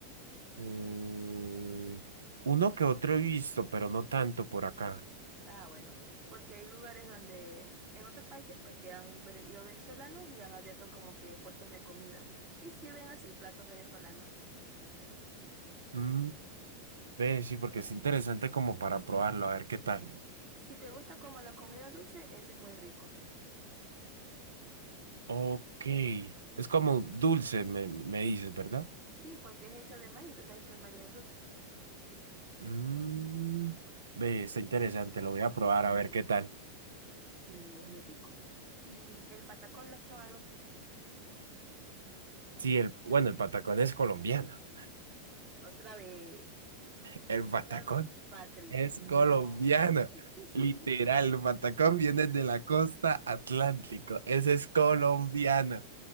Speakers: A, on the right; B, on the right.
A: mm, uno que otro he visto, pero no tanto por acá.
B: Ah, bueno, porque hay lugares donde, en otros países, pues, que han vene- ido venezolanos y han abierto como que puestos de comida. Y sirven así platos venezolanos.
A: Mm, Ve, sí, porque es interesante como para probarlo, a ver qué tal.
B: Si te gusta como la comida dulce, ese es muy rico.
A: Ok. Es como dulce, me, me dices, ¿verdad?
B: Sí, porque es hecho de maíz, tú sabes que el maíz es dulce.
A: Mm, ve, está interesante, lo voy a probar a ver qué tal.
B: Sí, es muy rico. ¿Y el patacón lo has probado?
A: Sí, el, bueno, el patacón es colombiano.
B: Otra vez,
A: <laughs> El patacón.
B: otra vez, Patrick.
A: Es
B: No.
A: colombiano.
B: <laughs>
A: Literal, el patacón viene de la costa atlántico. Ese es colombiano.